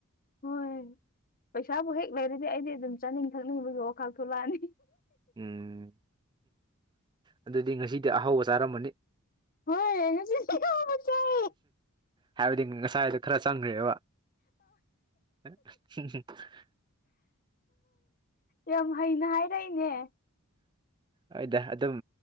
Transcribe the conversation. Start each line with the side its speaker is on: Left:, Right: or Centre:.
Left: ꯍꯣꯏ ꯄꯩꯁꯥꯕꯨ ꯍꯦꯛ ꯂꯩꯔꯗꯤ ꯑꯩꯗꯤ ꯑꯗꯨꯝ ꯆꯥꯅꯤꯡ ꯊꯛꯅꯤꯡꯕꯒꯤ ꯋꯥꯈꯥꯛ ꯊꯣꯛꯂꯛꯑꯅꯤ
Right: ꯎꯝ ꯑꯗꯨꯗꯤ ꯉꯁꯤꯗꯤ ꯑꯍꯥꯎꯕ ꯆꯥꯔꯝꯝꯕꯅꯤ
Left: ꯍꯣꯏ
Right: ꯍꯥꯏꯕꯗꯤ ꯉꯁꯥꯏꯗꯣ ꯈꯔ ꯆꯪꯈ꯭ꯔꯦꯕ <unintelligible>
Left: ꯌꯥꯝ ꯍꯩꯅ ꯍꯥꯏꯔꯛꯏꯅꯦ
Right: ꯍꯗ ꯑꯗꯨꯝ